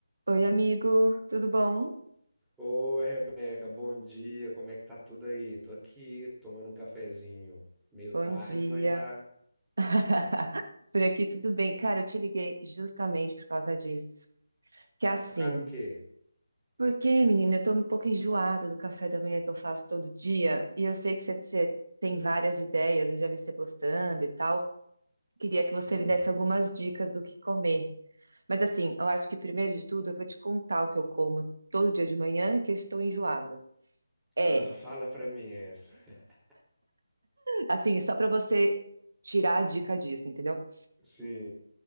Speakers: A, on the right (about 75°); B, in the centre.
A: Oi, amigo, tudo bom?
B: Oi, Rebeca, bom dia. Como é que tá tudo aí? Tô aqui tomando um cafezinho. Meio
A: Bom
B: tarde,
A: dia.
B: mas já.
A: <laughs> Por aqui tudo bem. Cara, eu te liguei justamente por causa disso. Que é assim,
B: O- Por causa do quê?
A: porque, menina, eu tô um pouco enjoada do café da manhã que eu faço todo dia e eu sei que você, você tem várias ideias, eu já vi você postando e tal. Queria que você
B: Hum.
A: me desse algumas dicas do que comer. Mas assim, eu acho que primeiro de tudo eu vou te contar o que eu como todo dia de manhã, que eu estou enjoada. É,
B: Ah, <laughs> fala pra mim essa. <laughs>
A: assim, só para você tirar a dica disso, entendeu?
B: Sim,